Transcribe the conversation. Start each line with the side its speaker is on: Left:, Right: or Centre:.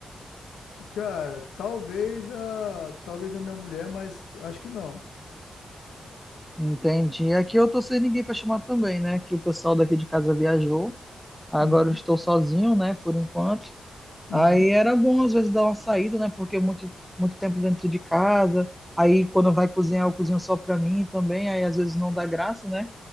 Left: Cara, talvez a, talvez a minha mulher, mas acho que não.
Centre: Entendi. Aqui eu tô sem ninguém para chamar também, né? Que o pessoal daqui de casa viajou. Agora
Left: Uhum,
Centre: eu estou sozinho, né? Por enquanto.
Left: uhum,
Centre: Aí era bom às vezes dar uma saída, né? Porque muito muito tempo dentro de casa. Aí quando vai cozinhar, eu cozinho só para mim também. Aí às vezes não dá graça, né?